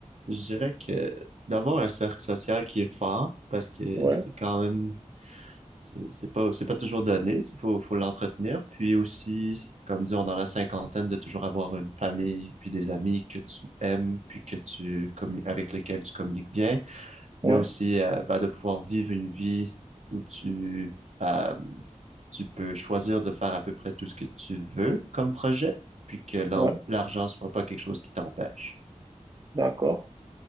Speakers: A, on the right (about 65°); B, on the right (about 30°).
A: je dirais que d'avoir un cercle social qui est fort, parce que
B: Ouais,
A: c'est quand même, c'est c'est pas, c'est pas toujours donné, il faut, faut l'entretenir. Puis aussi, comme disons, dans la cinquantaine, de toujours avoir une famille, puis des amis que tu aimes, puis que tu commu- avec lesquels tu communiques bien.
B: ouais,
A: mais aussi euh, bah, de pouvoir vivre une vie où tu, euh, tu peux choisir de faire à peu près tout ce que tu veux comme projet, puis que l'en-
B: ouais,
A: l'argent soit pas quelque chose qui t'empêche.
B: d'accord.